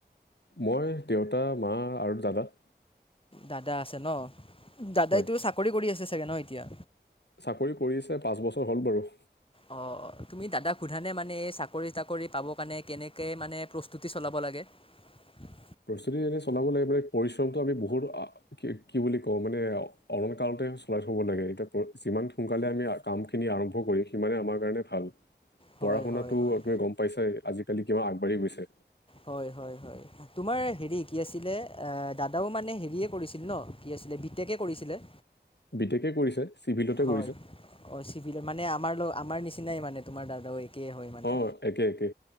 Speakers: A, on the left; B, on the left.
A: মই দেউতা, মা আৰু দাদা।
B: দাদা আছে ন? দাদাইটো
A: হয়
B: চাকৰি কৰি আছে চাগে ন এতিয়া?
A: চাকৰি কৰিছে পাঁচ বছৰ হ'ল বাৰু।
B: অ'। অ, তুমি দাদাক সোধা নে মানে এই চাকৰি তাকৰি পাব কাৰণে কেনেকে মানে প্ৰস্তুতি চলাব লাগে? উ।
A: প্ৰস্তুতি যেনে চলাব লাগে মানে পৰিশ্ৰমটো আমি বহুত কি বুলি কওঁ মানে অলংকাৰ চলাই থব লাগে। এতিয়া যিমান সোনকালে আমি কাম খিনি আৰম্ভ কৰি সিমানে আমাৰ কাৰণে ভাল।
B: হয়
A: পঢ়া-শুনাতো
B: হয় হয়
A: তুমি গম পাইছাই আজিকালি কিমান আগবাঢ়ি গৈছে।
B: হয়, হয়, হয় তোমাৰ হেৰি কি আছিলে দাদাও মানে হেৰিয়ে কৰিছিল? ছিল ন, কি আছিলে বি টেক এ কৰিছিলে?
A: বি টেক এ কৰিছে। চিভিলতে
B: হয়,
A: কৰিছে
B: অ, চিভিল মানে আমাৰ আমাৰ নিচিনাই মানে তোমাৰ দাদাও। একে হয় মানে
A: অ' একে একে